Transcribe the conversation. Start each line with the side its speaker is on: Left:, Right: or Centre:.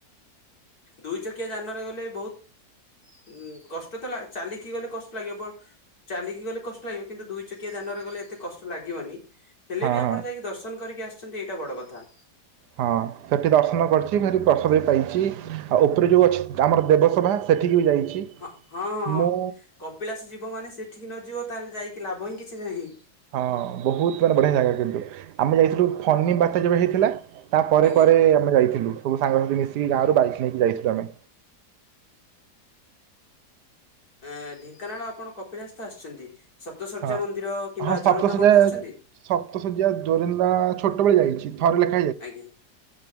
Left: ଦୁଇ ଚକିଆ ଯାନରେ ଗଲେ ବହୁତ୍ ଉଁ କଷ୍ଟ ତ ଲା ଚାଲିକି ଗଲେ କଷ୍ଟ ଲାଗିବ ବ ଚାଲିକି ଗଲେ କଷ୍ଟ ଲାଗିବ କିନ୍ତୁ ଦୁଇ ଚକିଆ ଯାନରେ ଗଲେ ଏତେ କଷ୍ଟ ଲାଗିବନି। ହେଲେ
Right: ହଁ
Left: ବି ଆପଣ
Right: ହଁ
Left: ଯାଇକି ଦର୍ଶନ କରିକି ଆସିଛନ୍ତି ଏଇଟା ବଡ କଥା।
Right: ହଁ। ସେଠି ଦର୍ଶନ କରିଛି କିନ୍ତୁ ପ୍ରସାଦ ବି ପାଇଛି ଆଉ ଉପରେ ଯେଉଁ ଅଛି ଆମର ଦେବସଭା ସେଠିକି ବି ଯାଇଛି।
Left: ହଁ ହଁ ହଁଁ
Right: ମୁଁ
Left: କପିଳାସ ଯିବ ମାନେ ସେଠିକି ନଯିବ ତାହେଲେ ଯାଇକି ଲାଭ ହିଁ କିଛି ନାହିଁ।
Right: ହଁ ବହୁତ ମାନେ ବଢିଆ ଜାଗା କିନ୍ତୁ ଆମେ ଯାଇଥିଲୁ ଫନି ବାତ୍ୟା ଯେବେ ହେଇଥିଲା। ତାପରେ
Left: ଆଜ୍ଞା।
Right: ପରେ ଆମେ ମାନେଯାଇଥିଲୁ ସବୁ ସାଙ୍ଗସାଥି ମିଶିକି ଗାଁରୁ ବାଇକ ନେଇକି ଯାଇଥିଲୁ ଆମେ।
Left: ଏ ଢେଙ୍କାନାଳ ଆପଣ କପିଳାସ ତ ଆସିଛନ୍ତି। ସପ୍ତଶଯ୍ୟା
Right: ହଁ।
Left: ମନ୍ଦିର କିମ୍ବା
Right: ହଁ ସପ୍ତଶଯ୍ୟା
Left: ଜୋରନ୍ନ୍ଦା ମଠ ଆସିଛନ୍ତି?
Right: ସପ୍ତଶଯ୍ୟା, ଦୋରିନ୍ଦା ଛୋଟବେଳେ ଯାଇଛି ଥରେ ଲେଖା।
Left: ଆଜ୍ଞା।